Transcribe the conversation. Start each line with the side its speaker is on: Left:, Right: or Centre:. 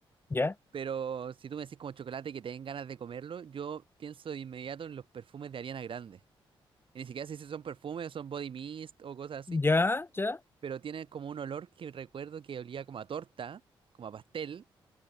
Left: ya,
Right: pero si tú me decís como chocolate que te den ganas de comerlo, yo pienso de inmediato en los perfumes de Ariana Grande. Ni siquiera sé si son perfumes, son body mist o cosas así,
Left: ya, ya,
Right: pero tiene como un olor que recuerdo que olía como a torta, como a pastel,